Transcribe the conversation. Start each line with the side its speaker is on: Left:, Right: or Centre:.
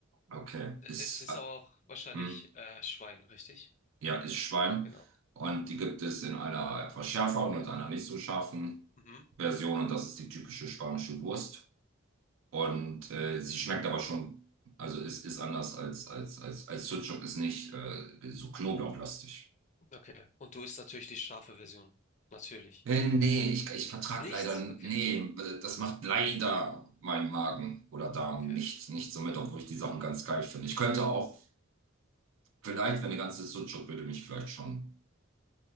Right: Okay, ist,
Left: Es ist
Right: äh,
Left: aber auch wahrscheinlich
Right: hm,
Left: äh, Schwein, richtig?
Right: ja, ist Schwein.
Left: Genau.
Right: Und die gibt es in einer etwas schärferen und einer nicht so scharfen
Left: Mhm.
Right: Version. Und das ist die typische spanische Wurst. Und äh, sie schmeckt aber schon, also ist, ist anders als, als, als, als Sucuk, ist nicht äh, so knoblauchlastig.
Left: Okay. Und du isst natürlich die scharfe Version. Natürlich.
Right: Äh, Nee, ich, ich vertrag
Left: Nicht?
Right: leider, nee,
Left: Okay,
Right: also das macht leider mein Magen oder Darm
Left: okay.
Right: nicht, nicht so mit, obwohl ich die Sachen ganz geil finde. Ich könnte auch, vielleicht, wenn eine ganze Sucuk würde mich vielleicht schon